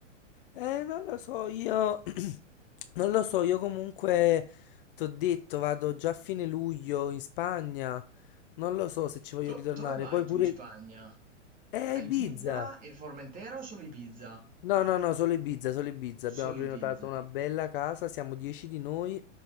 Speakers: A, on the left; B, on the right.
A: Eh, non lo so, io <clears throat> non lo so, io comunque t'ho detto, vado già a fine luglio in Spagna. Non lo so se ci voglio
B: Do-
A: ritornare.
B: dove vai
A: Poi
B: tu
A: pure...
B: in Spagna?
A: Eh,
B: A
A: a Ibiza!
B: Ibiza e Formentera o solo Ibiza?
A: No, no, no, solo Ibiza, solo Ibiza. Abbiamo
B: Solo
A: prenotato
B: Ibiza.
A: una bella casa, siamo 10 di noi.